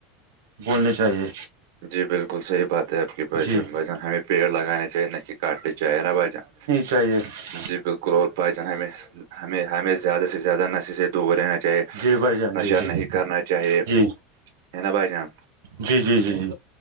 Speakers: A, on the right (about 90°); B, on the right (about 70°).
A: بولنی چاہیے
B: جی بالکل صحیح بات بات ہے آپ کی بھائی
A: جی
B: جان ہمیں پیڑ لگانے چاہیے نہ کہ کاٹتے چاہیے نا بھائی جان
A: جے <unintelligible>
B: جی بالکل اور بھائی جان ہمیں ہمیں ہمیں زیادہ سے زیادہ نشے سے دور رہنا چاہیے
A: جی بھائی جان
B: نشہ
A: جی جی
B: نہیں کرنا چاہیے
A: جی
B: ہے نا بھائی جان
A: جی جی جی جی